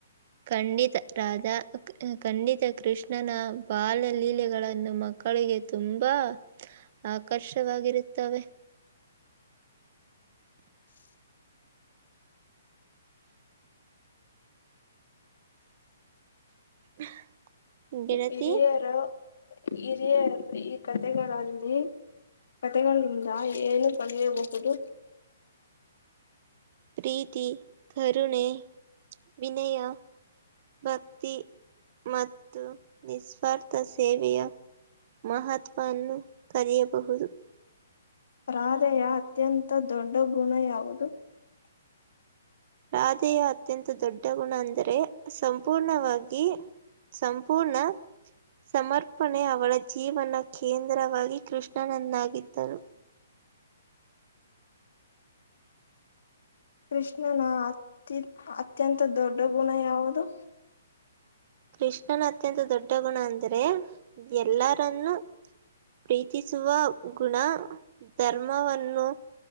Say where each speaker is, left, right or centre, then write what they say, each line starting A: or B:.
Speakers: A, on the right; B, on the left.
A: ಖಂಡಿತ ರಾಧಾ ಖಂಡಿತ ಕೃಷ್ಣನ ಬಾಲಲೀಲೆಗಳನ್ನು ಮಕ್ಕ ಮಕ್ಕಳಿಗೆ ತುಂಬಾ ಆಕರ್ಷವಾಗಿರುತ್ತವೆ
B: <inaudible>
A: <inaudible> ಗೆಳತಿ,
B: ಹಿರಿಯರ ಹಿರಿಯರು ಈ ಕಥೆಗಳಲ್ಲಿ ಕಥೆಗಳಿಂದ ಏನು ಕಲಿಯಬಹುದು
A: ಪ್ರೀತಿ ಕರುಣೆ ವಿನಯ ಭಕ್ತಿ ಮತ್ತು ನಿಸ್ವಾರ್ಥ ಸೇವೆಯ ಮಹತ್ವವನ್ನು ಕರೆಯಬಹುದು
B: ರಾಧೆಯ ಅತ್ಯಂತ ದೊಡ್ಡ ಗುಣ ಯಾವುದು
A: ರಾಧೆಯ ಅತ್ಯಂತ ದೊಡ್ಡ ಗುಣ ಅಂದರೆ ಸಂಪೂರ್ಣವಾಗಿ ಸಂಪೂರ್ಣ ಸಮರ್ಪಣೆ ಅವಳ ಜೀವನ ಕೇಂದ್ರವಾಗಿ ಕೃಷ್ಣನಂದಾಗಿದ್ದರು
B: ಕೃಷ್ಣನ ಅತಿ ಅತ್ಯಂತ ದೊಡ್ಡ ಗುಣ ಯಾವುದು
A: ಕೃಷ್ಣನ ಅತ್ಯಂತ ದೊಡ್ಡ ಗುಣ ಅಂದ್ರೆ ಎಲ್ಲರನ್ನು ಪ್ರೀತಿಸುವ ಗುಣ ಧರ್ಮವನ್ನು